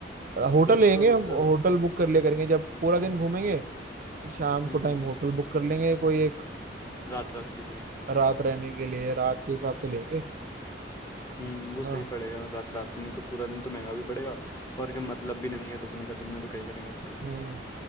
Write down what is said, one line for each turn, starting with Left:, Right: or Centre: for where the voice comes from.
Right: होटल
Left: लेक
Right: लेंगे
Left: तो मतलब
Right: हम होटल बुक कर ले करेंगे जब पूरा दिन घूमेंगे शाम
Left: हम्म
Right: को टाइम होटल बुक कर लेंगे कोई एक
Left: रात रात के लिए
Right: रात रहने के लिए रात के हिसाब से लेंगे है
Left: हम्म वो
Right: ना
Left: सही पड़ेगा रात रात नहीं तो पूरा दिन तो महंगा भी पड़ेगा और क्या मतलब भी नहीं है रुकने का दिन में तो क्या ही करेंगे रुक
Right: हम्म
Left: के